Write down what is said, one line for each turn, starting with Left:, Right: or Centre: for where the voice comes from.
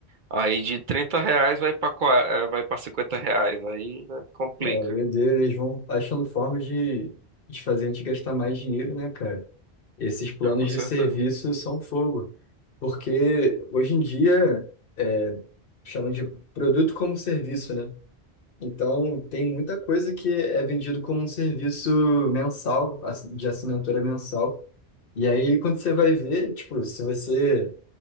Right: Aí de 30 reais vai pra, qua- eh, vai pra 50 reais. Aí, né, complica.
Left: É, o doideira, eles vão achando formas de, de fazer a gente gastar mais dinheiro, né, cara? Esses planos
Right: Ah, com
Left: de
Right: certeza.
Left: serviço são fogo. Porque hoje em dia é, chamam de produto como serviço, né? Então tem muita coisa que é vendido como um serviço mensal, ass- de assinatura mensal. E aí, quando você vai ver, tipo, se você